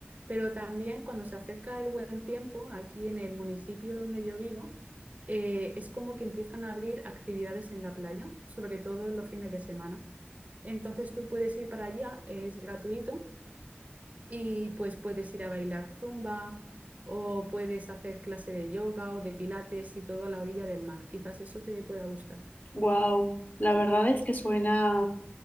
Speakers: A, on the right; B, on the left.
A: pero también cuando se acerca el buen tiempo, aquí en el municipio donde yo vivo, eh, es como que empiezan a abrir actividades en la playa, sobre todo los fines de semana. Entonces tú puedes ir para allá, es gratuito Y pues puedes ir a bailar zumba o puedes hacer clase de yoga o de pilates y todo a la orilla del mar. Quizás eso te pueda gustar.
B: Wow, la verdad es que suena